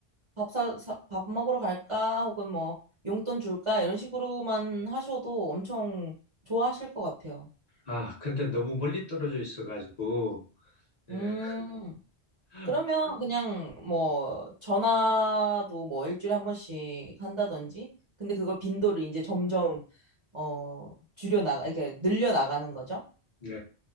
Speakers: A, on the right; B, on the left.
A: 밥 사, 사- 밥 먹으러 갈까? 혹은 뭐, 용돈 줄까? 이런 식으로만 하셔도 엄청 좋아하실 것 같아요.
B: 아, 근데 너무 멀리 떨어져 있어가지고, 네.
A: 음,
B: <laughs>
A: 그러면 그냥 뭐, 전화도 뭐, 일주일에 한 번씩 한다든지. 근데 그걸 빈도를 이제 점점, 어, 줄여나가, 이렇게 늘려나가는 거죠.
B: 네.